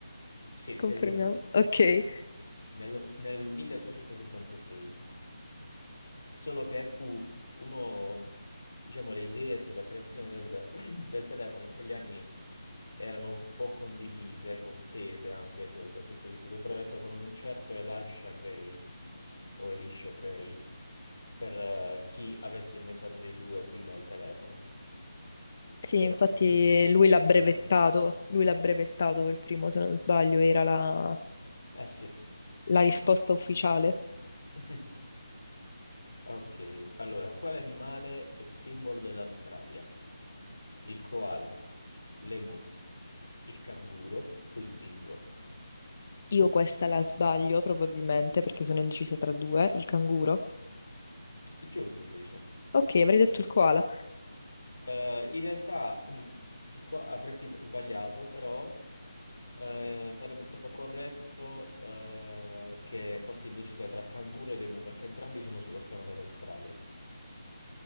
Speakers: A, on the left (about 70°); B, on the left (about 30°).
A: Sì,
B: <laughs> confermiamo.
A: è lui,
B: Ok.
A: <laughs> Nello- nel 1876. Solo che fu uno, diciamo, le idee sulla creazione del, <clears throat> del telefono in quegli anni erano un po' condivise, contese anche eh, dal punto di vista del brevetto, con un certo Elisha Gray, o Elisha Gray per eh, chi avesse inventato dei due prima il telefono,
B: Sì,
A: però
B: infatti
A: di-
B: lui
A: in sé
B: l'ha brevettato.
A: è bello.
B: Lui l'ha brevettato per primo, se non sbaglio, era la
A: Eh sì.
B: la risposta ufficiale.
A: <laughs> Ok, allora, quale animale è simbolo dell'Australia? Il koala, l'emu, il canguro o il dingo?
B: Io questa la sbaglio probabilmente perché sono indecisa tra due. Il canguro.
A: È giusto invece.
B: Ok, avrei detto il koala.
A: Eh, in realtà mh, il ko- avresti t- sbagliato, però eh, sarebbe stato corretto eh, che fossi indecisa tra canguro ed emu, perché entrambi sono sullo stemma dell'Australia.